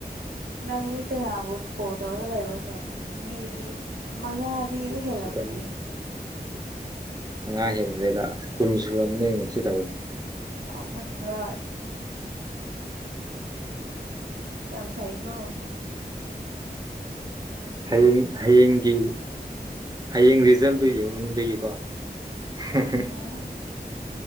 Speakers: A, on the right (about 75°); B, on the right (about 25°).
A: ꯅꯪ ꯃꯤ ꯀꯌꯕꯨ ꯀꯣꯜ ꯇꯧꯔꯒ ꯂꯦꯕꯔꯣꯅꯦ ꯃꯤ ꯃꯉꯥꯗꯤ ꯍꯦꯜꯂꯝꯒꯅꯤ꯫
B: ꯁꯤꯗꯅꯤ ꯃꯉꯥ ꯍꯦꯟꯈ꯭ꯔꯦꯗ ꯑꯁ ꯀꯨꯟ ꯁꯨꯔꯝꯃꯅꯤ ꯑꯩꯅ ꯉꯁꯤ ꯇꯧꯕꯁꯤ꯫
A: ꯑꯣ ꯃꯥꯏ ꯒꯣꯠ꯫ ꯌꯥꯝ ꯐꯩꯌꯦꯀꯣ꯫
B: ꯍꯌꯦꯡ ꯍꯌꯦꯡꯒꯤ ꯍꯌꯦꯡ ꯔꯤꯖꯜꯗꯨ ꯌꯦꯡꯅꯤꯡꯕꯒꯤꯀꯣ <unintelligible>
A: ꯑꯣ